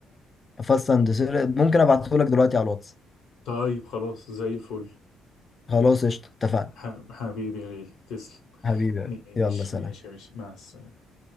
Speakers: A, on the left; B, on the left.
A: فاست اند ممكن ابعته لك دلوقتي على الواتس
B: طيب خلاص زي الفل
A: خلاص قشطة اتفقنا
B: ح- حبيبي يا غالي تسلم
A: حبيبي
B: ماشي
A: يلا سلام
B: ماشي يا باشا مع السلامة